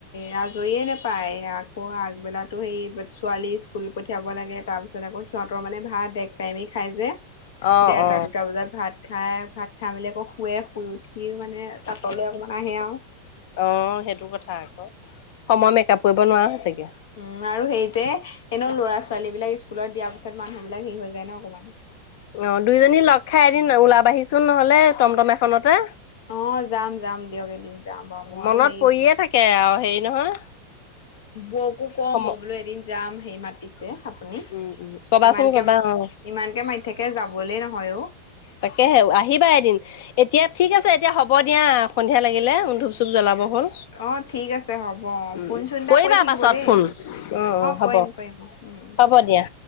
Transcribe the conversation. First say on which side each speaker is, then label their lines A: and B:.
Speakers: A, on the left; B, on the left.
A: ৰাজ আজৰিয়ে নেপায় আকৌ আগবেলাটো সেই ছোৱালী স্কুল পঠিয়াব লাগে তাৰপিছত আকৌ সিহঁতৰ মানে ভাত এক টাইমেই খাই যে
B: অ
A: দেৰটা
B: অ
A: দুটা বজাত ভাত খাই, ভাত খাই মেলি আক- শুৱে শুই উঠিও মানে তা'তলে অকণমান আহে আও।
B: অ সেইটো কথা আক। সময় মেকআপ কৰিব নোৱাৰা হৈছেগে।
A: উম আৰু সেই যে এনেও ল'ৰা-ছোৱালী বিলাক স্কুলত দিয়া পিছত মানুহ বিলাক হেৰি হৈ যায় ন অকণমান।
B: অ দুইজনী লগ খাই এদিন ওলাবাহিচোন নহলে টমটম এখনতে‌।
A: অ' যাম যাম দিয়ক এদিন যাম বাৰু মইও
B: মনত
A: হেয়ি
B: পৰিয়ে থাকে আৰু হেৰি নহয়।
A: বৌকো কম
B: সম
A: মই বোলো এদিন যাম সেই মাতিছে। আপুনি
B: উম উম কবাচোন
A: ইমানকে
B: কবা অ
A: - ইমানকে মাতি থাকে যাবলে নহয় ও।
B: তাকেহে আহিবা এদিন এতিয়া ঠিক আছে এতিয়া হ'ব দিয়া সন্ধিয়া লাগিলে ধূপ-চুপ জ্বলাব। হ'ল,
A: অ', ঠিক আছে হ'ব অ',
B: উম
A: ফোন
B: উম,
A: চোন এটা
B: কৰিবা
A: কৰি থাকিব
B: পাছত
A: দেই
B: ফোন। অ' হ'ব।
A: কৰিম কৰিম উম।
B: হ'ব দিয়া।